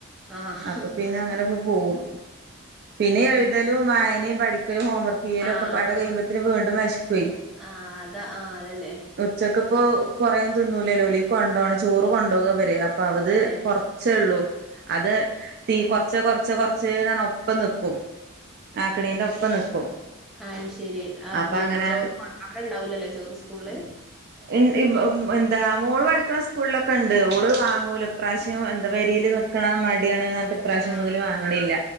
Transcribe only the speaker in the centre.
ആഹ്
ആഹ്
ആഹ് അതാ ആഹ് അതന്നെ.
ഏഹ്
അയ്ശേരി ആഹ്
ചോറ് അവിടെണ്ടാവൂലല്ലോ ചോറ് സ്കൂളില്
ആഹ്